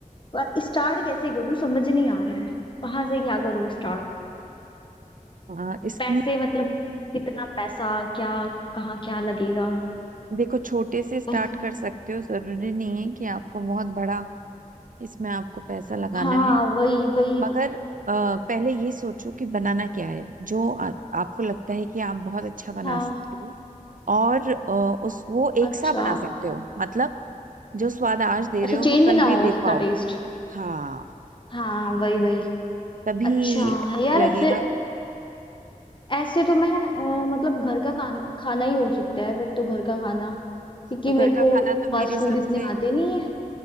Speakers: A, on the left (about 35°); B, on the right (about 70°).
A: पर स्टार्ट कैसे करूं समझ नहीं आ रहा है कहाँ से क्या करूं स्टार्ट
B: अ, इसमें
A: पैसे मतलब कितना पैसा क्या कहाँ क्या लगेगा
B: देखो छोटे से स्टार्ट
A: कौन से-
B: कर सकते हो जरूरी नहीं है कि आपको बहुत बड़ा इसमें आपको पैसा लगाना
A: हाँ
B: है
A: वही वही
B: मगर अ, पहले ये सोचो कि बनाना क्या है जो आ, आपको लगता है कि आप बहुत अच्छा बना
A: हाँ
B: सकते हो और अ, उस वो एक
A: अच्छा
B: सा बना सकते हो मतलब जो स्वाद आज दे
A: अच्छा
B: रहे हो
A: चेंज
B: वो कल
A: ना
B: भी
A: हो
B: दे
A: उसका
B: पाओगे
A: टेस्ट
B: हाँ
A: हाँ वही वही
B: तभी
A: अच्छा यार
B: लगेगा
A: फिर ऐसे तो मैं अ, मतलब घर का खान, खाना ही हो सकता है फिर तो घर का खाना क्योंकि
B: तो घर
A: मेरे
B: का
A: को
B: खाना तो
A: फास्ट
B: मेरे हिसाब
A: फूड इतने
B: से
A: आते नहीं है